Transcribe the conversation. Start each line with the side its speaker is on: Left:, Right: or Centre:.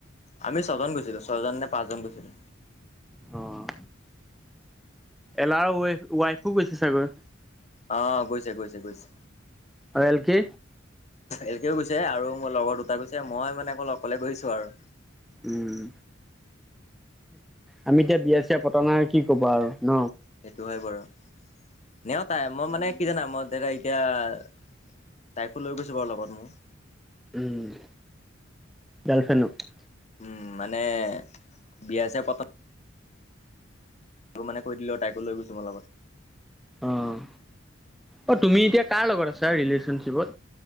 Left: আমি ছয়জন গৈছিলো ছয়জন নে পাঁচজন গৈছিলো।
Centre: অ'হ। এলাৰ ৱাই ৱাইফো গৈছে চাগৈ।
Left: অ গৈছে গৈছে গৈছে।
Centre: অ এলকে?
Left: এল কেও গৈছে আৰু মোৰ লগৰ দুটা গৈছে, মই মানে অকলে গৈছো আৰু।
Centre: উম আমি এতিয়া বিয়া চিয়া পতা নাই কি কবা আৰু ন।
Left: সেইটো হয় বাৰু, এনেও তাই মই মানে কি জানা মই দাদা এতিয়া- তাইকো লৈ গৈছো বাৰু লগত মোৰ।
Centre: উম, গাৰলফেনক।
Left: উম মানে বিয়া চিয়া পতা। কৰো মানে কৈ দিলোঁ তাইক লৈ গৈছো মই লগত।
Centre: অঁ, অ তুমি এতিয়া কাৰ লগত আছা ৰিলেশ্যনশ্বিপত।